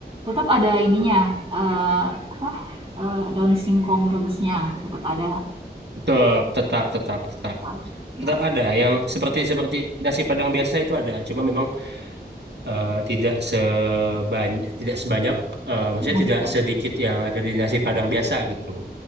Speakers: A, on the right; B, on the right.
A: Tetap ada ininya, eee, apa, eee, daun singkong rebusnya, tetap ada,
B: Tetap tetap tetap tetap
A: tetap, iya,
B: tetap ada yang seperti seperti nasi Padang biasa itu ada cuma memang eh, tidak sebanyak tidak sebanyak eh, maksudnya
A: nasi
B: tidak
A: padang
B: sedikit yang ada di nasi Padang biasa gitu.